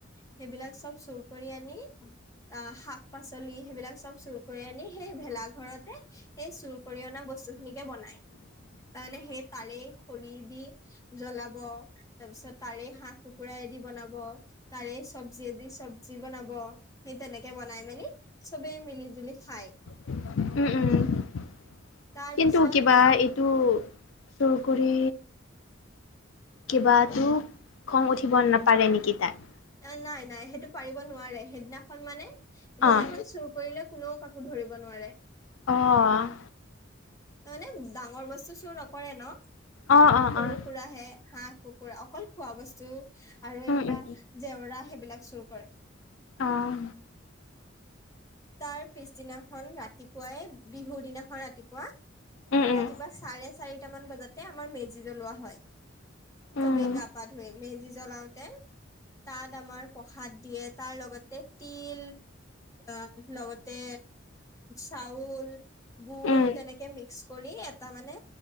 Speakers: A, on the left; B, on the left.
A: সেইবিলাক চব চুৰ কৰি আনি আহ শাক পাচলি সেইবিলাক চব চুৰ কৰি আনি সেই ভেলাঘৰতে সেই চুৰ কৰি অনা বস্তু সেনেকে বনাই, তাৰমানে সেই তাৰে খৰি তি‌ জলাব, তাৰপিছত তাৰে হাঁহ কুকুৰা এদি বনাব তাৰে চব্জি দি চব্জি বনাব। সেই তেনেকে বনাই মেলি চবেই মিলি জুলি খায়‌।
B: উম উম।
A: তাৰ
B: কিন্তু
A: পিছত
B: কিবা এইটো চোৰ কৰি কিবাতো খং উঠিব নাপাৰে নেকি তাক।
A: অ' নাই নাই সেইটো পাৰিব নোৱাৰে সেইদিনাখন মানে সেইদিনাখন
B: অঁ
A: চুৰ কৰিলে কোনেও কাক কো ধৰিব নোৱাৰে।
B: অ' আ।
A: তা মানে ডাঙৰ বস্তু চুৰ নকৰে ন
B: অঁ অঁ
A: সৰু
B: অঁ
A: সুৰাহে, হাঁহ কুকুৰা, অকল খোৱা বস্তু আৰু এনেকুৱা
B: উম উম
A: জেওৰা সেইবিলাক চুৰ কৰে।
B: অহ।
A: তাৰ পিছদিনাখন ৰাতিপুৱাই বিহুৰ দিনাখন ৰাতিপুৱা
B: উম উম
A: ৰাতিপুৱা চাৰে চাৰিটামান বজাতে আমাৰ মেজি জ্বলোৱা হয়।
B: উম
A: চবেই গা-পা ধুয়ে মেজি জলাওতে। তাত আমাৰ প্ৰসাদ দিয়ে, তাৰ লগতে তিল আ লগতে চাউল, বুট
B: উম
A: তেনেকে মিক্স কৰি এটা মানে